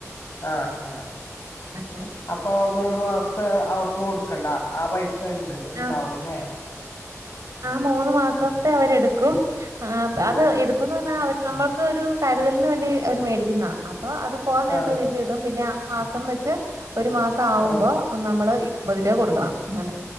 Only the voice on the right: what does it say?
അങ്ങനെ
ആഹ് ആ മൂന്ന്മാസത്തെ അവരെടുക്കും ആ
അത് എടുക്കുന്നന്നാ അവർ നമ്മൾക്കൊരു കരുതലിന് വേണ്ടി അവര് മേടിക്കുന്നാ അപ്പൊ അത് പോവാൻനേരത്തെ
തിരിച്ച് കി ട്ടും പിന്നെ ആ മാസംവെച്ച് ഒരുമാസാവുമ്പോ
നമ്മള് ഈ ഒമ്പത് രൂപ കൊടുക്കണം അങ്ങനെ